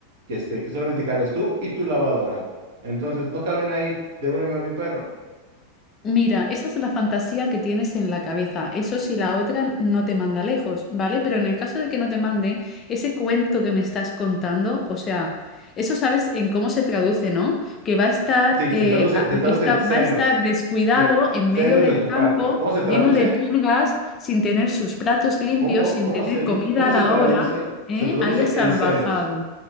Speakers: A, on the right (about 55°); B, on the left (about 25°).
A: que, este, que solamente cabes tú y tu lavadora. Entonces, no caben ahí, devuélveme a mi perro.
B: Mira, esa es la fantasía que tienes en la cabeza. Eso si la otra no te manda lejos, ¿vale? Pero en el caso de que no te mande, ese cuento que me estás contando, o sea, eso sabes en cómo se traduce, ¿no? Que va a estar,
A: Sí,
B: eh,
A: se traduce,
B: a-
A: se traduce
B: está-
A: en celos.
B: va a estar descuidado
A: Sí,
B: en
A: celos
B: medio del
A: de tu
B: campo,
A: parte. ¿Cómo se traduce?
B: lleno de pulgas, sin tener sus platos limpios,
A: ¿Cómo,
B: sin
A: cómo
B: tener
A: se, di-
B: comida
A: cómo
B: a
A: se
B: la
A: traduce?
B: hora, ¿eh?
A: Se traduce
B: Ahí has salvajado.
A: en celos.